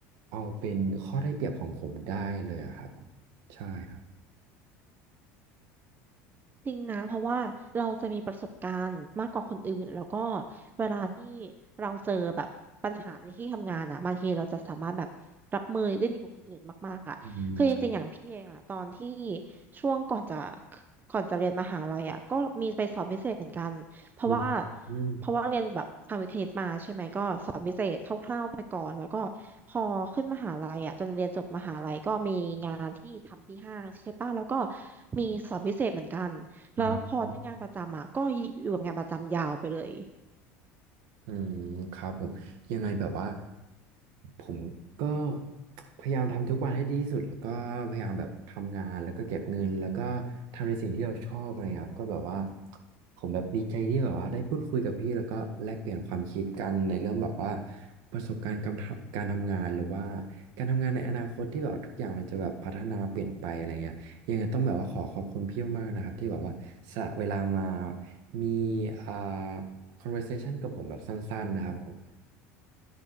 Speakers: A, on the right (about 70°); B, on the right (about 25°).
A: เอาเป็นข้อได้เปรียบของผมได้เลยอะครับผมใช่ครับ
B: จริงนะเพราะว่าเราจะมีประสบการณ์มากกว่าคนอื่นแล้วก็เวลาที่เราเจอแบบปัญหาในที่ทำงานอ่ะบางทีเราจะสามารถแบบรับมือได้ดีกว่าคนอื่นมากๆอ่ะคือจริงๆอย่างพี่เองอ่ะตอนที่
A: อืม
B: ช่วงก่อนจะก่อนจะเรียนมหาลัยอ่ะก็มีไปสอบพิเศษเหมือนกันเพราะว่า
A: ใช่อืม
B: เพราะว่าเรียนแบบทางวิทย์คณิตมาใช่ไหมก็สอบพิเศษคร่าวๆไปก่อนแล้วก็พอขึ้นมหาลัยอ่ะจนเรียนจบมหาลัยก็มีงานที่ทำที่ห้างใช่ป่ะแล้วก็มีสอบพิเศษเหมือนกัน
A: อ่า
B: แล้วพอได้งานประจำอ่ะก็อยู่กับงานประจำยาวไปเลย
A: อืมครับผมยังไงแบบว่าผมก็พยายามทำทุกวันให้ดีที่สุดแล้วก็พยายามแบบทำงานแล้วก็เก็บเงินแล้วก็ทำในสิ่งที่เราชอบอะไรครับก็แบบว่าผมแบบดีใจที่แบบว่าได้พูดคุยกับพี่แล้วก็แลกเปลี่ยนความคิดกันในเรื่องแบบว่าประสบการณ์การทำการทำงานหรือว่าการทำงานในอนาคตที่แบบว่าทุกอย่างมันจะแบบพัฒนาเปลี่ยนไปอะไรเงี้ยยังไงต้องแบบว่าขอขอบคุณพี่มากๆนะครับที่แบบว่าสละเวลามามีอ่า conversation กับผมแบบสั้นๆนะครับผม